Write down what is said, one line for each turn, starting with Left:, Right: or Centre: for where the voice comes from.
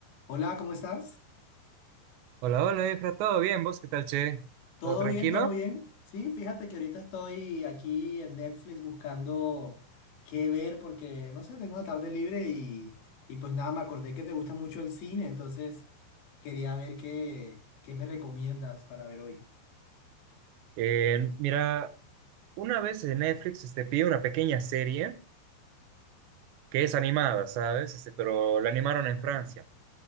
Left: Hola, ¿cómo estás?
Right: Hola, hola, Efra, ¿todo bien? ¿Vos qué tal, che?
Left: ¿Todo
Right: ¿Todo tranquilo?
Left: bien? ¿Todo bien? Sí, fíjate que ahorita estoy aquí en Netflix buscando qué ver porque, no sé, tengo la tarde libre y, y pues nada, me acordé que te gusta mucho el cine, entonces quería ver qué, qué me recomiendas para ver hoy.
Right: Eh, mira, una vez en Netflix este, pide una pequeña serie que es animada, ¿sabes? Este, pero la animaron en Francia.